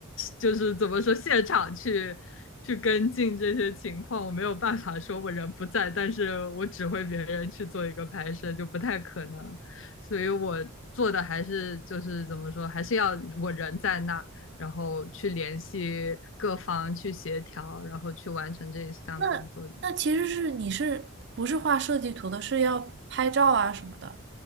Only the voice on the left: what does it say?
就是怎么说现场去去跟进这些情况，我没有办法说我人不在，但是我指挥别人去做一个拍摄，就不太可能。所以我做的还是就是怎么说，还是要我人在那，然后去联系各方去协调，然后去完成这一项工作。